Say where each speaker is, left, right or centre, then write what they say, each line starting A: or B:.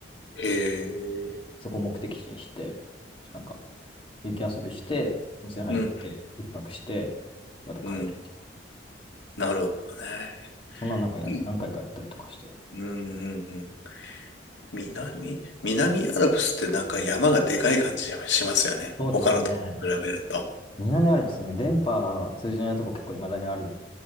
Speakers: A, on the left; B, on the left.
A: へえ、
B: そこを目的地にして、なんか、雪遊びして、温泉入って、
A: うん、
B: 一泊して、また帰るみたいな。
A: うん。なるほどね。
B: そんななんかや、
A: う
B: 何回かやったりとかして。
A: ん、うん、うん。南、南アルプスってなんか山がでかい感じしますよね。
B: そうですね。
A: 他のとこに比べると。
B: 南アルプスね、電波通じないとこ結構いまだにあるんで